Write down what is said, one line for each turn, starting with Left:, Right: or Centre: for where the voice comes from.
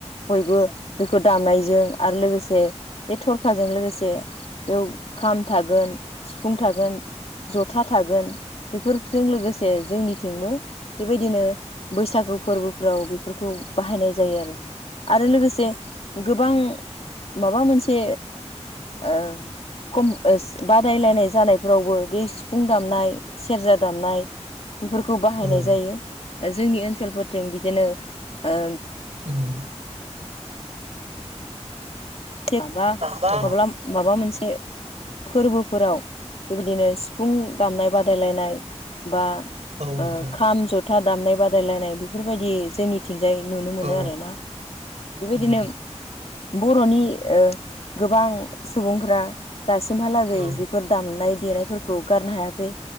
Left: बयबो बेखौ दामनायजों आरो लोगोसे ए थरखाजों लोगोसे एव खाम थागोन सिफुं थागोन जथा थागोन बेफोरजों लोगोसे जोंनिथिंबो बेबायदिनो बैसागु फोरबोफ्राव बेफोरखौ बाहायनाय जायो आरो। आरो लोगोसे गोबां माबा मोनसे ओ ओ खम ओस बादायलायनाय जानायफ्रावबो बे सिफुं दामनाय सेरजा दामनाय बेफोरखौ बाहायनाय
Right: औ उम
Left: जायो
Right: औ
Left: ओ जोंनि ओनसोलफोरथिं बिदिनो ओ
Right: उम।
Left: माबा
Right: बा
Left: माब्ला माबा मोनसे फोरबोफोराव बेबायदिनो सिफुं दामनाय बादायलायनाय बा
Right: औ नोंथां
Left: ओ खाम जथा दामनाय बादायलायनाय बिफोरबायदि जोंनिथिंजाय नुनो मोनो
Right: औ नोंथां औ
Left: आरो ना। बेबायदिनो
Right: उम
Left: बर'नि ओ गोबां सुबुंफ्रा दासिमहालागै
Right: औ
Left: बेफोर दामनाय देनायफोरखौ गारनो हायाखै